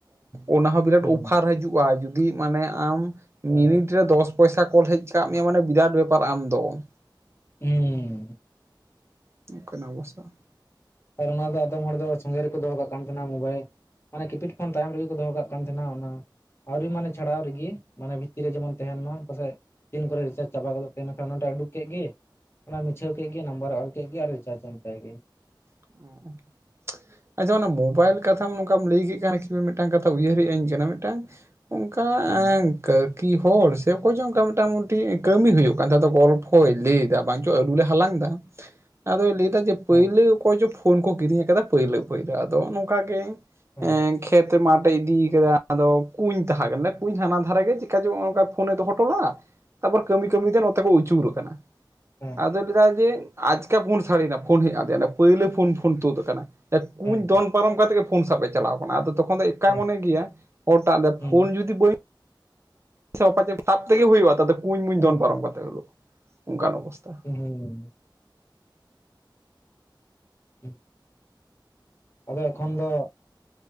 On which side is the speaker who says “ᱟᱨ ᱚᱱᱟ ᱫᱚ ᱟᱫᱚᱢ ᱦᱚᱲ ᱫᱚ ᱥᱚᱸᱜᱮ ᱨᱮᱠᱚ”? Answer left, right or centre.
Left